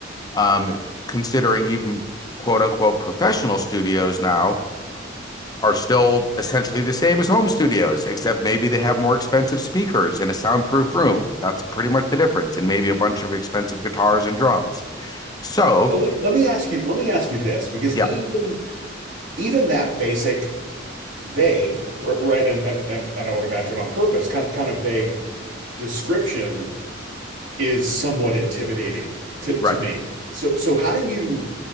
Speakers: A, on the left; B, on the right.
A: um, considering even quote unquote professional studios now are still essentially the same as home studios, except maybe they have more expensive speakers in a soundproof room. That's pretty much the difference, and maybe a bunch of expensive guitars and drums. So,
B: So let, let me ask you, let me ask you this, because
A: yeah,
B: even even that basic vague, r- right, and and and, and I would imagine on purpose, kind of kind of vague description is somewhat intimidating to to
A: right.
B: me. So so how do you,